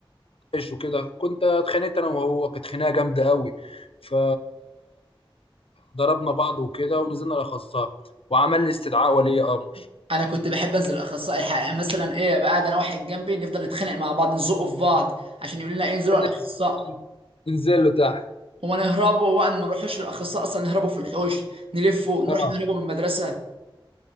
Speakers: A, on the left; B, on the right.
A: ايش وكده كنت اتخانقت انا وهو كانت خناقه جامده قوي ف ضربنا بعض وكده ونزلنا الاخصائي وعمل لي استدعاء ولي امر
B: انا كنت بحب انزل الاخصائي الحقيقه مثلا ايه بقى قاعد انا واحد جنبي نفضل نتخانق مع بعض نزقه في بعض عشان يقول لنا ايه انزلوا
A: فينيش
B: على الاخصائي
A: عشان تنزل له تحت
B: ونهربوا بقى ما نروحوش للاخصائي اصلا نهربوا في الحوش نلفوا نروح
A: اه
B: نهربوا من المدرسه